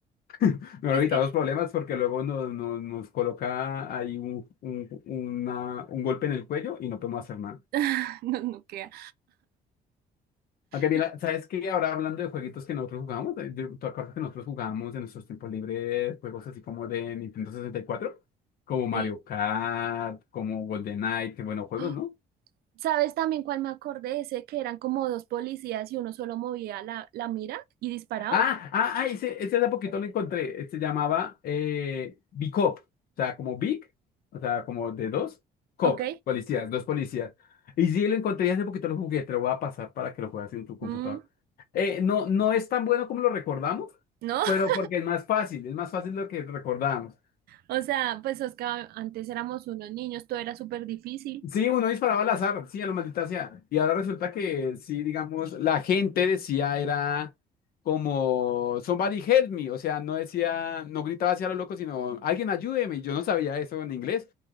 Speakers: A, on the left; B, on the right.
A: <laughs> Mejor
B: Pues
A: evitamos
B: que
A: problemas porque luego nos, nos, nos coloca ahí un, un, una- un golpe en el cuello y no podemos hacer nada.
B: <laughs> no, no queda.
A: Aunque mira,
B: Y,
A: ¿sabes qué? Ahora hablando de jueguitos que nosotros jugamos, de- de- ¿tú acuerdas que nosotros jugamos en nuestros tiempos libres juegos así como de Nintendo sesenta y cuatro Como Mario
B: sí.
A: Kart, como GoldenEye, que buenos juegos,
B: ¡Ah!
A: ¿no?
B: ¿Sabes también cuál me acordé? Ese que eran como dos policías y uno solo movía la, la mira y disparaba.
A: Ah, ah, ah, ese, ese hace poquito lo encontré. Se llamaba eh, Bicop, o sea, como Big, o sea, como de dos, Cop,
B: Ok.
A: policías, dos policías. Y sí, lo encontré y hace poquito, lo jugué, te lo voy a pasar para que lo juegues en tu computador.
B: Mm,
A: Eh, no, no es tan bueno como lo recordamos,
B: no.
A: pero
B: <laughs>
A: porque es más fácil, es más fácil de lo que recordamos.
B: O sea, pues Oscar, antes éramos unos niños, todo era súper difícil.
A: Sí,
B: <laughs>
A: uno disparaba al azar, sí, a lo maldita sea. Y ahora resulta que sí, digamos, la gente decía era como somebody help me, o sea, no decía, no gritaba hacia los locos, sino alguien ayúdeme. Y Yo no sabía eso en inglés.